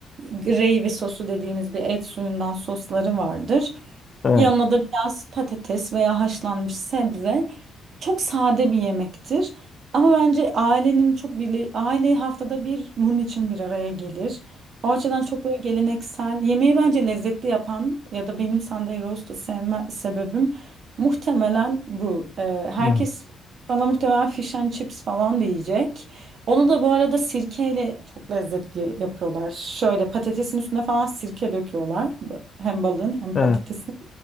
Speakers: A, on the right (about 60°); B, on the left (about 40°).
A: Gravy sosu dediğimiz bir et suyundan sosları vardır.
B: Evet.
A: Yanına da biraz patates veya haşlanmış sebze çok sade bir yemektir. Ama bence ailenin çok bile aile haftada bir bunun için bir araya gelir. O açıdan çok böyle geleneksel yemeği bence lezzetli yapan ya da benim Sunday roast'u sevme sebebim muhtemelen bu. Ee, herkes
B: Evet.
A: bana muhtemelen fish and chips falan diyecek. Onu da bu arada sirkeyle çok lezzetli yapıyorlar. Şöyle patatesin üstüne falan sirke döküyorlar. Hem balığın hem
B: Evet.
A: patatesin.